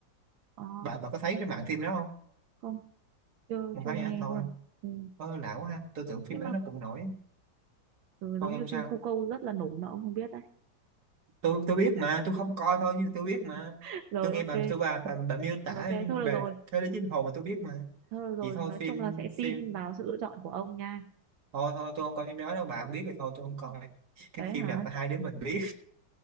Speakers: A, on the right (about 80°); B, on the right (about 55°).
A: ờ
B: bà bà có thấy trên mạng phim đó không?
A: không chưa
B: Không
A: chưa
B: thấy
A: nghe
B: hả? Thôi,
A: luôn ừ.
B: ơ lạ quá ha. Tôi tưởng phim
A: nhưng
B: đó
A: mà
B: nó cũng nổi.
A: ừ,
B: Thôi
A: giống
B: không
A: như
B: sao.
A: phim Cô Câu rất là nổi mà ông không biết đấy
B: Tôi tôi biết mà, tôi không coi thôi nhưng tôi biết mà.
A: <laughs>
B: Tôi
A: rồi
B: nghe
A: ok
B: bà tôi bà bà, bà miêu tả
A: rồi ok thôi được
B: về
A: rồi
B: thế giới chính hồn mà tôi biết mà.
A: thôi được rồi
B: Vậy thôi
A: nói
B: phim
A: chung là sẽ tin
B: phim
A: vào sự lựa chọn của ông nha
B: thôi thôi tôi không coi phim đó đâu bà không biết thì thôi tôi không coi cái
A: đấy
B: phim
A: hả
B: nào phải hai đứa mình biết